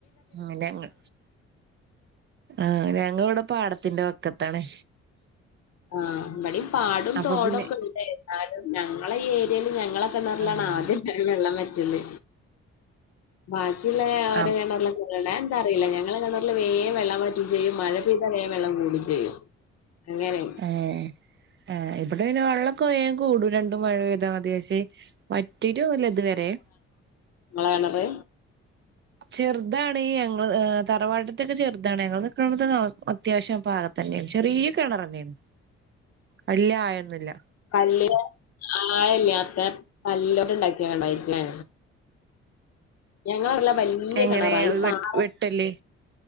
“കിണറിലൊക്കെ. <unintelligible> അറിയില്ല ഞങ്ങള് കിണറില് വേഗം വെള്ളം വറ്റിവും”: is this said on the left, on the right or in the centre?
Left